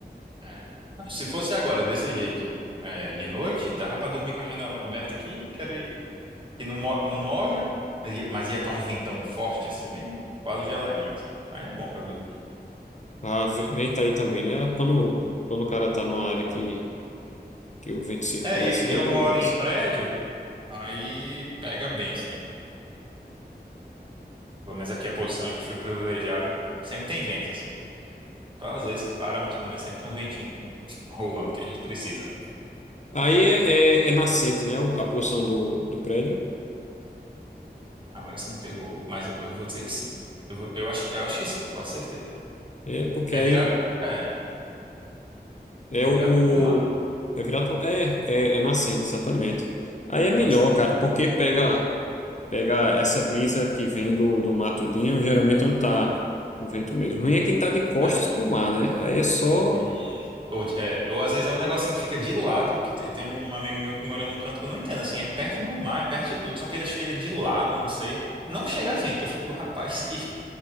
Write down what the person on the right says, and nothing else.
É. Não, Se fosse agora, desse jeito, é, de noite, dava pra dormir com a janela aberta aqui, que, era, que não, mo- não molha, mas ia, mas ia tá um ventão forte, assim, bem quase geladinho. assim. Aí é bom pra dormir.
É, eu,
eu
moro
em prédio. Aí pega bem, assim. Pelo menos aqui a posição a gente foi privilegiado. Sempre tem vento, assim. Só às vezes que para, mas pelo menos sempre tem um ventinho rolando que a gente precisa, né?
Agora você me pegou, mas eu, eu vou dizer que sim. Eu, vou- eu acho, eu acho que sim, com certeza.
É
virado, é,
é
virado pro mar,
nascente,
né?
É,
vixe. Ou, de- é, ou às vezes é um negocinho que fica de lado, que te- tem um amigo meu que mora num canto que eu não entendo, assim, é perto do mar, é perto de tudo, só que ele acha que ele é de lado, não sei. Não chega vento, eu fico, rapaz, que,